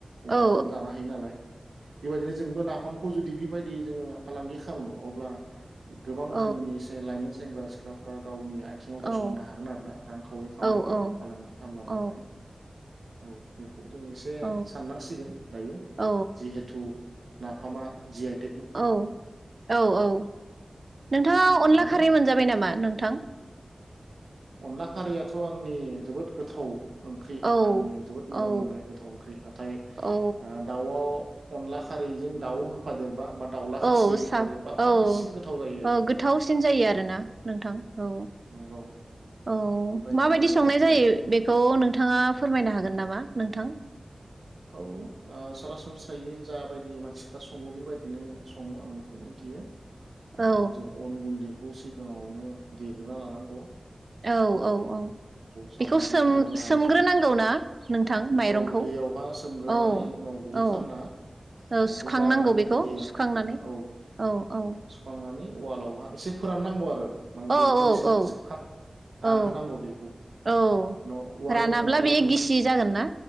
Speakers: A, on the right; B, on the right.
A: अमाजों
B: औ
A: जानो हायो नालाय बेबायदिनो जोंबो नाफाम खौ खौ जुदि बेबायदि जोङो फालांगि खामो अब्ला गोबां
B: औ
A: जोंनि लाइमोन सेंग्रा सिख्लाफ्रा गावनि आथिङाव गसंनो
B: औ
A: हागोन आरो ना रांखावरि खामायनाय
B: औ
A: एबा
B: औ
A: फालांगि खालामनानै
B: औ
A: औ बेखौ जों एसे
B: औ
A: साननांसिगोन दायो
B: औ
A: जिहेथु नाफामा जि <inaudible>
B: औ औ औ नोंथाङा
A: नंगौना
B: अनला खारै मोनजाबाय नामा नों थां।
A: अनला खारियाथ आंनि जोबोद गोथाव ओंख्रि
B: औ
A: आंनि जोबोद मोजां
B: औ
A: मोननाय गोथाव ओंख्रि नाथाय ओ
B: औ
A: दाउआव अनलाखारैजों दाउ होफादेरबा। बा दाउला खासि
B: औ सा
A: होफादेरबा बांसिन
B: औ अह
A: गोथाव जायो आरो
B: गोथावसिन जायोआरोना नोंथां। औ
A: नंगौ
B: औ
A: बेबायदिनो
B: माबायदि संनायजायो
A: आरो
B: बेखौ नोंथाङा फोरमायनो हागोननामा नोंथां?
A: औ ओ <unintelligible> जाबायदि मानसिफ्रासङो बेबायदिनोसङो आंबेखौ मिन्थियो। ओह
B: औ
A: जों अनगुन्दै खौ सिगाङावनो देग्रोनालानांगौ।
B: औ औ औ
A: सामब्राम
B: बेखौ सोम-सोमग्रोनांगौना।
A: गुफुर हाइजें
B: नोंथां माइरंखौ
A: औ दैयावहा सोमग्रोनानै
B: औ
A: उनाव गुरै
B: औ
A: खालामना
B: ओ
A: बेखौ
B: सुखांनांगौ
A: गारनानै
B: बेखौ
A: दे
B: सुखांनानै
A: औ
B: औ। औ
A: सुखांनानै उवालावहाय एसे फोराननांगौ आरो माने
B: औ
A: दैखौ
B: औ
A: एसे
B: औ
A: सोबखां
B: औ
A: रानहोनांगौ दैखौ
B: औ
A: उनाव उवाल
B: रानाब्ला
A: नङाबा
B: बे गिसिजागोनना